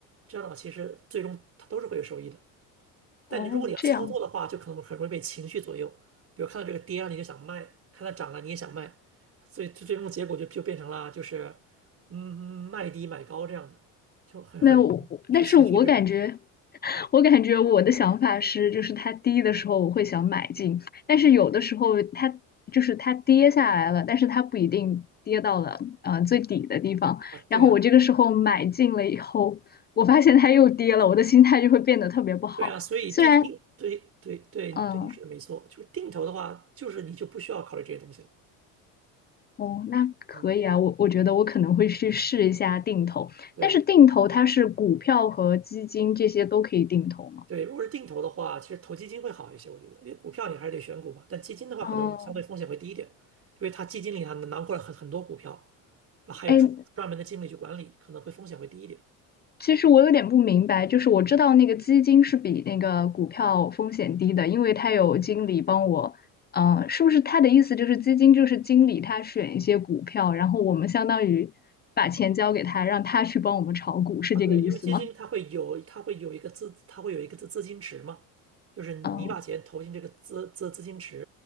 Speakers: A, on the right (about 35°); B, on the left (about 25°).
A: 这样的话，其实最终它都是会有收益的。但你如果你要操作的话，
B: 哦，这样。
A: 就可能很容易被情绪左右。比如看到这个跌了，你就想卖；看到涨了，你也想卖。所以最最终的结果就就变成了就是，嗯，卖低买高这样的，就很很容易受情绪支配
B: 没有，我但是我感觉，<laughs> 我感觉我的想法是，就是它低的时候我会想买进，但是有的时候它就是它跌下来了，但是它不一定跌到了呃最底的地方，
A: 啊。对呀，
B: 然后我这个时候买进了以后，我发现它又跌了，我的心态就会变得特别不好。
A: 对呀，所以定定对对对对，
B: 虽然，嗯、
A: 你说的没错，就是定投的话，就是你就不需要考虑这些东西了。
B: 哦，那可以啊，
A: 嗯，
B: 我我觉得我可能会去试一下定投，
A: 对。
B: 但是定投它是股票和基金这些都可以定投吗？
A: 对，如果是定投的话，其实投基金会好一些，我觉得，因为股票你还是得选股嘛，但基金的话可能相对风险会低一点，
B: 哦，
A: 因为它基金里它能囊括了很很多股票，然后还有专专门的经理去管理，
B: 哎，
A: 可能会风险会低一点
B: 其实我有点不明白，就是我知道那个基金是比那个股票风险低的，因为它有经理帮我，呃，是不是他的意思就是基金就是经理他选一些股票，然后我们相当于把钱交给他，让他去帮我们炒股，是这个意思吗？
A: 啊。对，因为基金它会有它会有一个资它会有一个资资金池嘛，就是你把钱投进这个资资资金池，
B: 嗯，